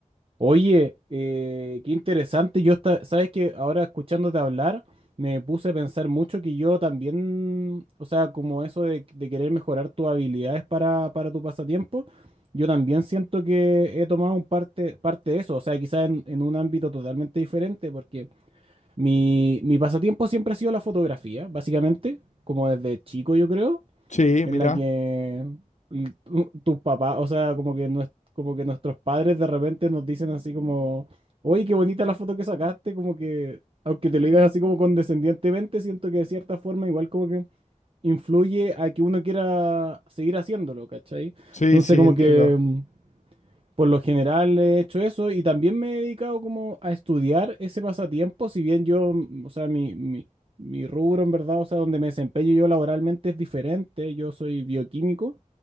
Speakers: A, on the right (about 40°); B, on the left (about 60°).
A: Oye, eh, qué interesante. Yo esta- sabes que ahora escuchándote hablar, me puse a pensar mucho que yo también, o sea, como eso de, de querer mejorar tus habilidades para, para tu pasatiempo, yo también siento que he tomado un parte, parte de eso, o sea, quizás en, en un ámbito totalmente diferente, porque mi, mi pasatiempo siempre ha sido la fotografía, básicamente, como desde chico yo creo
B: Sí,
A: en
B: mirá.
A: la que l- tu- tus papás, o sea, como que, nues- como que nuestros padres de repente nos dicen así como, oye, qué bonita la foto que sacaste, como que, aunque te lo digas así como condescendientemente, siento que de cierta forma igual como que influye a que uno quiera seguir haciéndolo, ¿cachai?
B: Sí,
A: Entonces
B: sí,
A: como
B: entiendo.
A: que... mm, por lo general he hecho eso y también me he dedicado como a estudiar ese pasatiempo, si bien yo, mm, o sea, mi, mi, mi rubro en verdad, o sea, donde me desempeño yo laboralmente es diferente, yo soy bioquímico,